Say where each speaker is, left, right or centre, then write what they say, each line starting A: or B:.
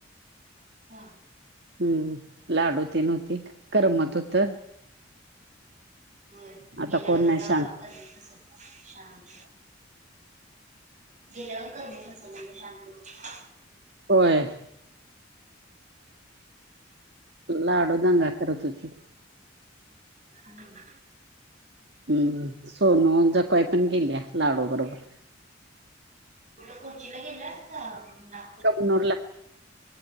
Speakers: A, on the right; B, on the right.
A: हा.
B: हम्म लाडू तेन होती करमत होत.
A: होय
B: आता
A: गेल्यावर
B: कोण
A: आता
B: नाही शांत
A: तशीच दिसल शांत. गेल्यावर करमत नसल म्हणजे शांत होतंय.
B: होय. लाडू दंगा करत होती.
A: हम्म.
B: हम्म सोनू जखु आई पण गेल्या लाडू बरोबर.
A: कुट कोरची ला गेलंस का रूम ला.
B: कबनुर ला.